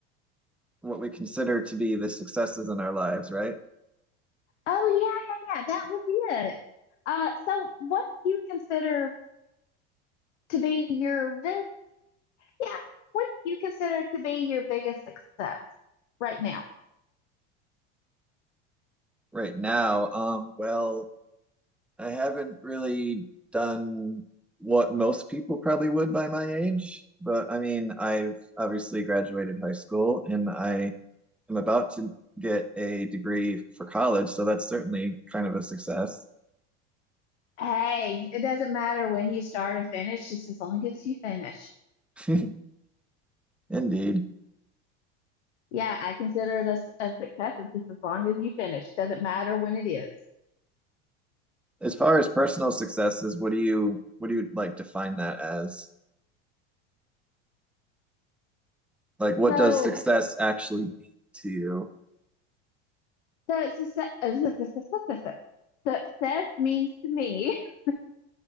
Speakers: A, in the centre; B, on the left (about 80°).
A: what we consider to be the successes in our lives, right?
B: Oh yeah, yeah, yeah. That was it. Uh, so what do you consider to be your bi- yeah, what do you consider to be your biggest success right now?
A: Right now. Um well, I haven't really done what most people probably would by my age, but I mean, I've obviously graduated high school and I i am about to get a degree for college, so that's certainly kind of a success.
B: Hey, it doesn't matter when you start or finish, just as long as you finish.
A: <laughs> Indeed.
B: Yeah, I consider it a, s- a success It's just as long as you finish. Doesn't matter when it is.
A: As far as personal successes, what do you what do you like define that as? Like what
B: So,
A: does success actually mean to you? <laughs>
B: so it's a, se- uh, su- su- su- su- su- su- success means to me. <laughs>